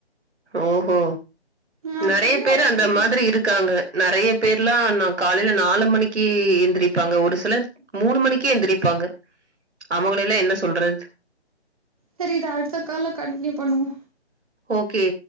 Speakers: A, on the right; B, on the right.
A: ஓ ஓ
B: ஆ
A: நெறைய
B: அப்புறே
A: பேர்
B: அதுக்கப்புறம்
A: அந்த மாதிரி
B: பேச
A: இருக்காங்க நெறைய பேர்லா நா காலேஜ் நாலு மணிக்கு எந்திரிப்பாங்க ஒரு சிலர் மூணு மணிக்கு எந்திரிப்பாங்க அவங்களயெல்லா என்ன சொல்றது
B: சேரி இத அடுத்தக்கால்ல கண்டனியூ பண்ணுவே
A: ஓகே